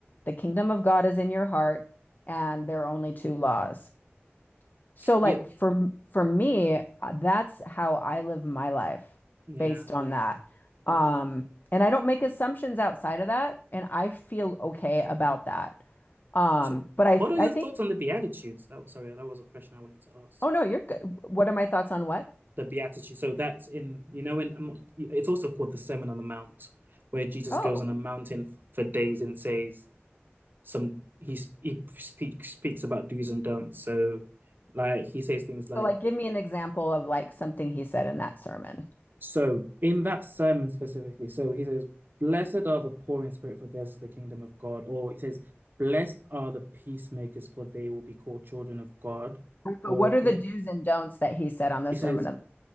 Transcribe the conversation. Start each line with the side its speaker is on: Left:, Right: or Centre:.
Left: The kingdom of God is in your heart, and there are only two laws. So like
Right: yeah,
Left: for for me, uh, that's how I live my life
Right: yeah,
Left: based on that.
Right: no.
Left: Um, and I don't make assumptions outside of that, and I feel okay about that. Um,
Right: So,
Left: but I
Right: what are
Left: I
Right: your
Left: think,
Right: thoughts on the Beatitudes? That was, sorry, that was a question I wanted to ask.
Left: oh no, you're good. What are my thoughts on what?
Right: The Beatitudes. So that's in, you know, in, um, it's also called the Sermon on the Mount, where Jesus
Left: Oh,
Right: goes on a mountain for days and says, some he sp- he speaks speaks about do's and don'ts. So, like he says things like,
Left: so like give me an example of like something he said in that sermon.
Right: "So in that sermon specifically, so he says, blessed are the poor in spirit, for theirs is the kingdom of God." Or he says, "Blessed are the peacemakers, for they will be called children of God."
Left: Right, but
Right: Or
Left: what are
Right: he
Left: the do's and don'ts that he said on the
Right: he
Left: sermon
Right: says,
Left: of